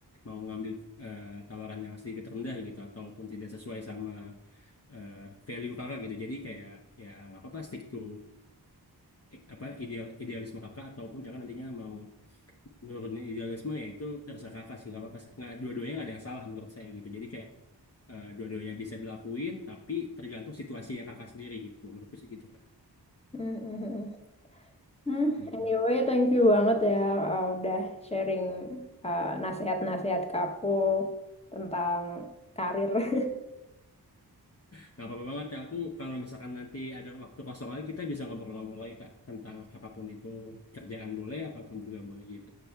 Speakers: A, on the left (about 40°); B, on the left (about 15°).
A: mau ngambil eh, tawaran yang sedikit rendah gitu ataupun tidak sesuai sama eh, value kakak gitu. Jadi kayak ya nggak apa-apa stick to eh, apa ideal idealisme kakak ataupun kakak nantinya mau nurunin idealisme ya itu terserah kakak sih nggak apa-apa nggak dua-duanya nggak ada yang salah menurut saya gitu. Jadi kayak eh, dua-duanya bisa dilakuin tapi tergantung situasinya kakak sendiri gitu. Menurutku sih gitu kak.
B: <laughs> Hmm,
A: Mm-mm.
B: Anyway, thank you banget ya uh, udah sharing uh, nasihat-nasihat ke aku tentang karir. <laughs>
A: Nggak apa-apa banget ya aku kalau misalkan nanti ada waktu kosong lagi kita bisa ngobrol-ngobrol lagi kak tentang apapun itu kerjaan boleh apapun juga boleh gitu.